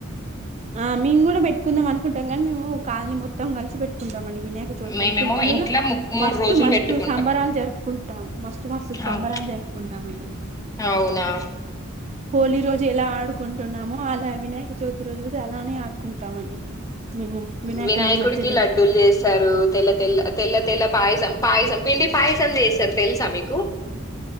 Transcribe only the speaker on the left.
మేమేమో
ఇంట్ల ము
రోజులు
బెట్టుకుంటాం.
అవును.
అవునా!
వినాయకుడికి
లడ్డూలు చేస్తారు తెల్ల తెల్ల తెల్ల తెల్ల పాయసం పాయసం పిండి పాయసం చేస్తరు తెలుసా మీకు